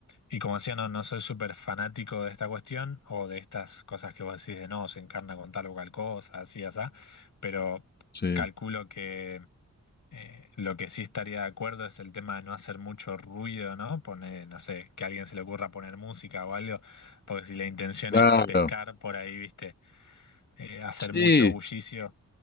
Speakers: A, on the left; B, on the left.
A: y como decía, no, no soy súper fanático de esta cuestión o de estas cosas que vos decís de no, se encarna con tal o cual cosa, así, así, pero
B: Sí,
A: calculo que... Eh, lo que sí estaría de acuerdo es el tema de no hacer mucho ruido, ¿no? Poner, no sé, que a alguien se le ocurra poner música o algo. Porque si la intención
B: claro.
A: es pescar por ahí, viste, eh, hacer
B: Sí,
A: mucho bullicio.